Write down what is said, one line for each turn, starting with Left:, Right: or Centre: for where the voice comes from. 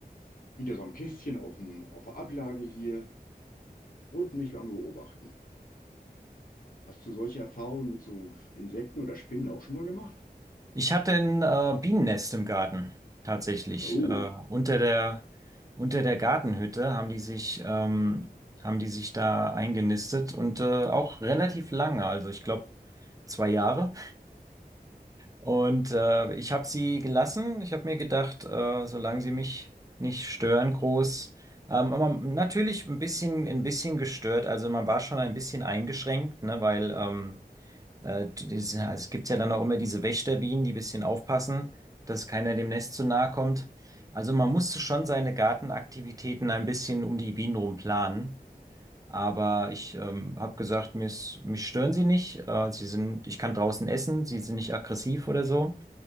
Left: hinter so einem Kästchen auf dem, auf der Ablage hier und mich am Beobachten. Hast du solche Erfahrungen mit so Insekten oder Spinnen auch schon mal gemacht?
Right: Ich hatte ein äh, Bienennest im Garten, tatsächlich.
Left: Ja, Oh,
Right: Äh, unter der, unter der Gartenhütte haben die sich, ähm, haben die sich da eingenistet und äh, auch relativ lange, also ich glaube zwei Jahre. Und äh, ich habe sie gelassen. Ich habe mir gedacht, äh, solange sie mich nicht stören, groß. Ähm, aber natürlich ein bisschen, ein bisschen gestört. Also man war schon ein bisschen eingeschränkt, ne, weil ähm, äh, das- also es gibt ja dann auch immer diese Wächterbienen, die ein bisschen aufpassen, dass keiner dem Nest zu nahe kommt. Also man musste schon seine Gartenaktivitäten ein bisschen um die Bienen rum planen. Aber ich ähm, habe gesagt, mir ist- mich stören sie nicht. Äh, sie sind, ich kann draußen essen, sie sind nicht aggressiv oder so.